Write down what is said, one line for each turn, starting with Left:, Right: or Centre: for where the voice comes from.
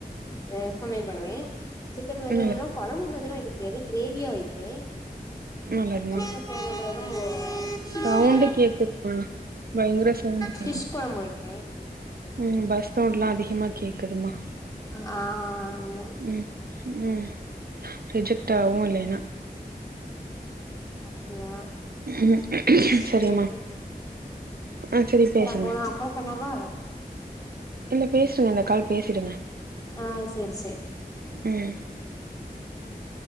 Left: ஆ சமையல் பண்ணுவே சிக்கன் வந்து
Right: நல்ல
Left: என்னன்னா கொழம்பு மாதிலா வக்க தெரியாது கிரேவியா வைப்பே
Right: நல்லதும்மா
Left: அதுக்கப்புறோ ஃபிஷ்ஷு
Right: சவுண்டு கேக்குதும்மா பயங்கர சவுண்ட் கேக்குது
Left: ஃபிஷ் கொழம்பு வைப்பே
Right: ம் பஸ் சவுண்ட்லா அதிகமா கேக்குதுமா
Left: ஆ ஆமா
Right: ம் ம் ரிஜெக்ட் ஆவு இல்லேன்னா
Left: அப்டியா
Right: ம்
Left: சேரி
Right: சரிம்மா ஆ சரி பேசுங்க
Left: சேரி அப்போ நா அப்றோ பண்ணவா
Right: இல்ல பேசுங்க இந்த கால் பேசிடுங்க
Left: ஆ சேரி சேரி
Right: ம்